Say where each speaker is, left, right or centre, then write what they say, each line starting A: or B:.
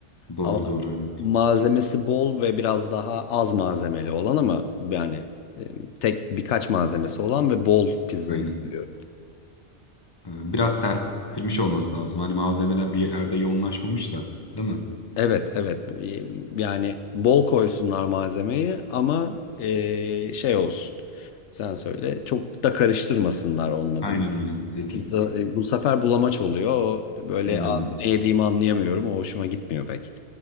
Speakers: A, on the left; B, on the left.
A: Doğru
B: Ama
A: doğru. evet.
B: malzemesi bol ve biraz daha az malzemeli olan ama yani e, tek birkaç malzemesi olan ve bol pizzayı
A: Aynen.
B: seviyorum.
A: Ee, Biraz serpilmiş olması lazım. Hani malzemeler bir yerde yoğunlaşmamış da değil mi?
B: Evet evet E, yani bol koysunlar malzemeyi ama e, şey olsun sen söyle çok da karıştırmasınlar onunla
A: Aynen
B: bunu.
A: aynen dedi.
B: Pizza e, bu sefer bulamaç oluyor o böyle
A: Dediğini
B: "Aa,
A: anladım.
B: ne yediğimi anlayamıyorum o hoşuma gitmiyor pek.